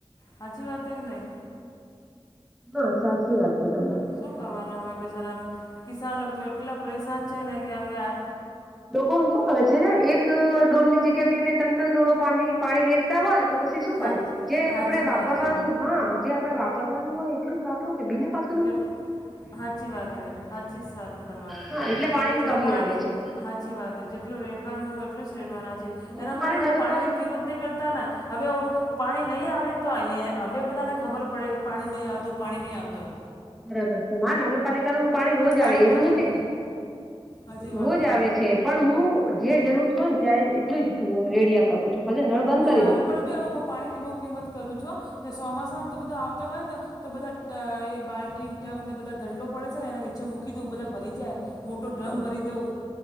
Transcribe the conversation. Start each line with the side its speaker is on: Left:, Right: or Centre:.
Left: હાજી વાત કે નહી?
Centre: હા સાચી વાત છે તમારે
Left: શું કરવાનું હવે બ જારા કિસાન લોકો તો એટલા પરેશાન છે ને કે હવે આ
Centre: ડોકો શું કરે છે એક ડોલ ની જગ્યા બે બે ત્રણ ત્રણ ડોલો પા પાણી રેડતા હોય તો પછી શું
Left: સાચ
Centre: કરે જે
Left: સાચી
Centre: આપડે વાપરવાનું
Left: વાત
Centre: હા જે આપડે વાપરવાનું હોય એટલું જ વાપરો કે બિને પાતું
Left: એ સાચી વાત સાચી વાત તમારી
Centre: હા એટલે પાણીની
Left: જેટલું
Centre: કમી
Left: પાણી
Centre: આવે છે
Left: સાચી વાત જેટલ રેડવાનું હોય એટલું જ રેડવાનું હચી
Centre: હું
Left: એના
Centre: તો મારે
Left: માટે
Centre: નગરપાલિકા
Left: પાણી ની કિંમત નહં કરતા ને અમે પાણી નહી આવે ને તો હવે બધાને ખબર પડે કે પાણી નહી આવત પાણી નહી આવતો
Centre: બરાબર છે મા નગરપાલિકાનું પાણી રોજ
Left: તો
Centre: આવે એવું
Left: રોજ
Centre: નથી કે
Left: હાચી
Centre: રોજ
Left: વાત હે
Centre: આવે છે પણ હું જે જરૂરત હોય ને ત્યાં એટલું જ રેડિયા કરું છું પછી નળ બંધ
Left: ને
Centre: કરી
Left: મારે
Centre: દઉં
Left: પણ ભાઈ હવે હું પાણીની બહુ કિંમત કરું છું ને ચોમાસામાંમ તો બધો આવતો હોય નો તો બધા એ બાલ્ટી ટપ ને બધા દંડો પડે છે ને એને નીચે મૂકી દવં બધા ભરી જાય. મોટો ડ્રમ
Centre: હા
Left: ભરી દઉં